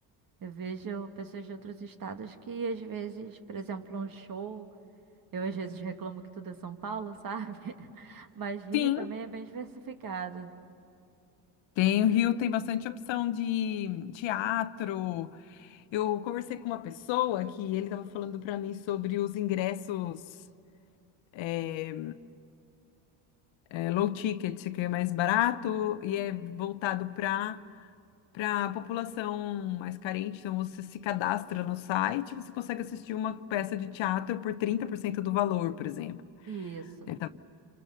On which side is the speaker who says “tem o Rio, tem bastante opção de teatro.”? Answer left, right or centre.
Left